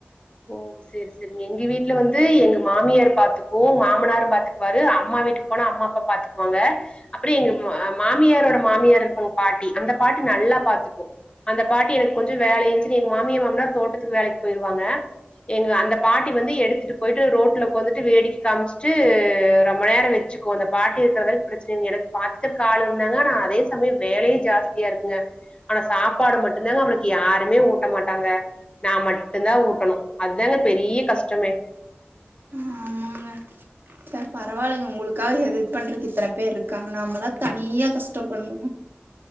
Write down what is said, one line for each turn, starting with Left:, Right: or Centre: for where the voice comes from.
Left: ஓ செரி ஸ் சரிங்க எங்க எங்க வீட்ல வந்து எங்க மாமியார் பாத்துக்கும் மாமனாரு பாத்துக்குவாரு அம்மா வீட்டுக்கு போனா அம்மா அப்பா பாத்துக் கோங்க அப்புற எங்க மாமியாரோட மாமியார் இருக்கங்க பாட்டி அந்த பாட்டி நல்லா பாத்துக்கும் அந்த பாட்டி எனக்கு கொஞ்ச வேலச்சுட்டு எங்க மாமியார் மாமனார் தோட்டத்துக்கு வேலைக் போயிருவாங்க எங்க அந்த பாட்டி வந்து எடுத்துட்டு போயிட்டு ரோட்டுல ஒக்காந்துட்டு வேடிக்கை காமிச்சுட்டு ரொம்ப நேர வச்சு கோள அந்த பாட்டி இருக்கறனால பிரச்சன இல்லங்க எனக்கு பாத்துக்கறக்கு ஆளுருந்தாங்க ஆனா அதே சமயம் வேலையு ஜாஸ்தியாருக்குங்க ஆனா சாப்பாடு மட்டும்தாங்க அவளுக்கு யாருமே ஊட்ட மாட்டாங்க நா மட்டும் தான் ஊட்டணும் அதங்க பெரிய கஷ்டமே
Right: ஆமாங்க ச பரவாலங்க ஒங்களுக்காக ஹெல்ப் பண்றதுக் இத்தன பேர் இருக்காங்க நாம்மளா தனியா கஷ்ட பண்ணு